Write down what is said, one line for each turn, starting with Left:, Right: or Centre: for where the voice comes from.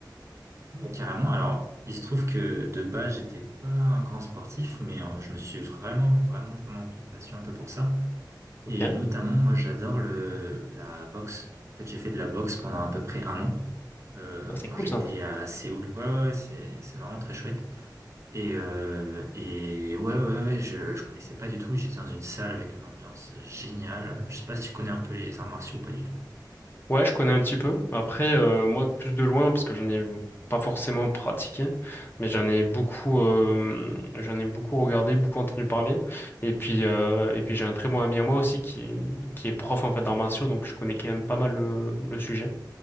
Right: Ouais, Carrément, alors il se trouve que de base j'étais pas un grand sportif, mais euh, je me suis vraiment, vraiment, vraiment pris de passion un peu pour ça.
Left: Ok,
Right: Et
Left: Ah,
Right: notamment, moi j'adore le la boxe. En fait, j'ai fait de la boxe pendant à peu près un an euh,
Left: c'est
Right: quand
Left: cool
Right: j'étais
Left: ça.
Right: à Séoul. Ouais, ouais, ouais, c'est c'est vraiment très chouette. Et euh, et ouais, ouais, ouais, je je connaissais pas du tout. J'étais dans une salle avec une ambiance géniale. Je sais pas si tu connais un peu les arts martiaux ou pas du tout.
Left: Ouais, je connais un petit peu. Après, euh, moi, plus de loin, parce que j'en ai pas forcément pratiqué, mais j'en ai beaucoup, euh, j'en ai beaucoup regardé, beaucoup entendu parler. Et puis, euh, et puis j'ai un très bon ami à moi aussi qui est, qui est prof en fait d'arts martiaux, donc je connais quand même pas mal le, le sujet.